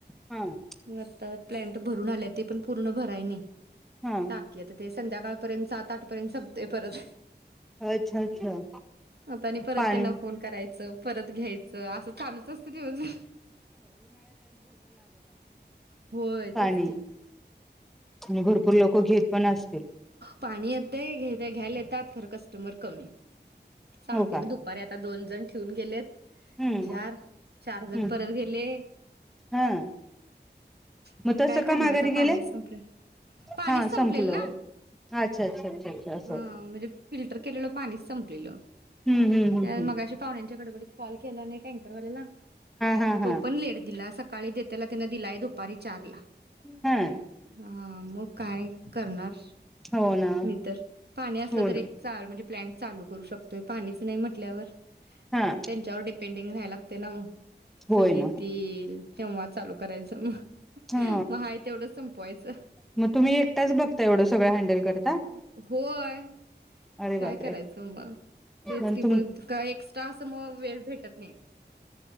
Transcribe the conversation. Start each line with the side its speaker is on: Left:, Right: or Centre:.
Centre: हं
Right: मग आता प्लॅन्ट ब् भरून आलीया ती पण पूर्ण भराय नाही
Centre: हा
Right: टाकी आता ते संध्याकाळपर्यंत सात आठपर्यंत संपतय परत
Centre: अच्छा अच्छा
Right: आता आणि परत
Centre: पाणी
Right: त्यांना फोन करायचं, परत घ्यायचं असंच चालूच असतं दिवसभर होय
Centre: पानी
Right: तेच की
Centre: आणि भरपूर लोकं घेत पण असतील.
Right: पाणी येतंय घेत् घ्यायला येतात खरं कसं टय़ुमर कमी सांगतेय
Centre: हो का
Right: नव्ह दुपारी आता दोन जण ठेवून गेलेत.
Centre: हम्म
Right: जार चार जण
Centre: हम्म
Right: परत गेले.
Centre: हा
Right: मग
Centre: तसं
Right: काय करणार
Centre: का माघारी
Right: आता पाणीच
Centre: गेले
Right: संपलं पाणीच
Centre: हा
Right: संपलेल
Centre: संपलं
Right: ना.
Centre: अच्छा अच्छा अच्छा अच्छा
Right: हा
Centre: अस.
Right: म्हणजे फिल्टर केलेलं पाणीच संपलेलं.
Centre: हं हं हं
Right: त्या
Centre: हं
Right: मगाशी पाहुण्यांच्या गडबडीत कॉल केेला नाही टँकर वालेला
Centre: हा हा
Right: तो पण लेट दिला सकाळी देताना तिला दिलाय दुपारी चार ला
Centre: हा
Right: हा म काय करणार
Centre: हो ना
Right: नाही तरर पाणी असलं
Centre: हो
Right: तर
Centre: ना
Right: एक चा म्हणजे प्लांट चालू करू श तो पाणीच नही म्हटल्यावर
Centre: हा
Right: त्यांच्यावर डिपेंडिंग राहायला लागते ना मग
Centre: होय
Right: कधी येतील
Centre: ना हो
Right: तेव्हा चालू करायचं म.
Centre: हा
Right: मग हाय तेवढं संप पोहायचं
Centre: मग तुम्ही एकट्याच बघता एवढं सगळं हँडल करत
Right: होय
Centre: अरे
Right: काय
Centre: बापरे
Right: करायचं मग तेच
Centre: पण
Right: की मग
Centre: तुम
Right: काय एक्स्ट्रा असं मग वेळ भेटत नही